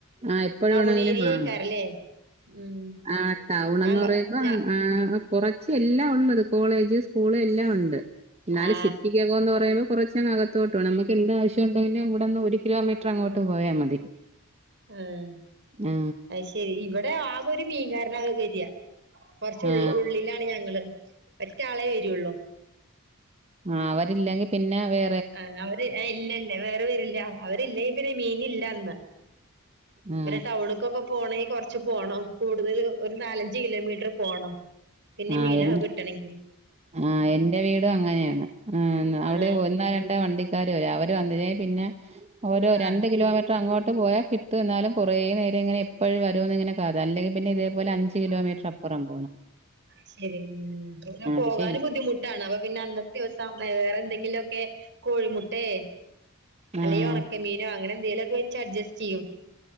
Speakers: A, on the right (about 30°); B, on the right (about 55°).
A: ആഹ് എപ്പഴ്
B: ടൗൺ
A: വേണെങ്കിലും
B: ഏരിയ
A: വാങ്ങാം.
B: ആയിക്കാരല്ലേ ഉം
A: ആഹ് ടൗണന്ന്
B: ഞങ്ങ
A: പറയുമ്പാ
B: ഞ
A: ആഹ് കുറച്ച് എല്ലാം ഉള്ളത് കോളേജ് സ്കൂള് എല്ലാം ഒണ്ട് എന്നാല്
B: ആ
A: സിറ്റിക്ക കോന്നു പറയുമ്പ കൊറച്ചങ്ങ് അകത്തോട്ട് പോണം നമുക്ക് എന്താവശ്യണ്ടെങ്കിലും ഇവിടെന്ന് ഒരു കിലോമീറ്റർ അങ്ങോട്ട് പോയാ മതി.
B: ഏഹ്
A: ആ
B: അയ് ശരി ഇവിടെ ആകെ ഒരു മീൻകാരനാ വരിയാ കൊറച്ച് ഉള്ളി
A: ആ
B: ഉള്ളിലാണ് ഞങ്ങള് ഒറ്റ ആളേ വരൊള്ളു
A: ആഹ് അവരില്ലെങ്കി പിന്നെ വേ
B: ആഹ് അവര് ഇല്ലല്ലേ വേറെ വെരില്ല അവരില്ലെ പിന്നെ മീന് ഇല്ല അന്ന്.
A: ആ
B: ഇവരെ ടൗണക്കൊക്കെ പോണങ്കി കൊറച്ച് പോണം കൂടുതൽ ഒരു നാലഞ്ച് കിലോമീറ്ററ് പോണം. പിന്നെ
A: ആ
B: മീനോ
A: എൻ
B: കിട്ടണെങ്കില്
A: ആഹ് എന്റെ വീടും അങ്ങനെയാണ് ഏഹ് അവിടെ
B: ആ
A: ഒന്നോ രണ്ടോ വണ്ടി ക്കാര് വരും അവര് വന്നില്ലെങ്കി പിന്നെ ഓരോ
B: ആ
A: രണ്ട് കിലോമീറ്റർ അങ്ങോട്ട് പോയാ കി ട്ടും എന്നാലും കുറേ നേരം ഇങ്ങനെ എപ്പഴ് വരുവന്ന് ഇങ്ങനെ കാത് അല്ലെങ്കി പിന്നെ ഇതേപോലെ അഞ്ച് കിലോമീറ്ററ്
B: ആ
A: അപ്പറംപോണം.
B: അത് ശരി ഉം പിന്നെ പോകാനും
A: പക്ഷെ
B: ബുദ്ധിമു ട്ടാണ് അപ്പൊ പിന്നെ അന്നത്തെ ദിവസം വേറെന്തെങ്കിലുക്കെ കോഴിമുട്ടേ. അല്ലെങ്കി
A: ആഹ്
B: ഒണക്കമീനോ അങ്ങനെ എന്തേലുക്കെ വെച്ച് അഡ്ജസ്റ്റ് ചെയ്യും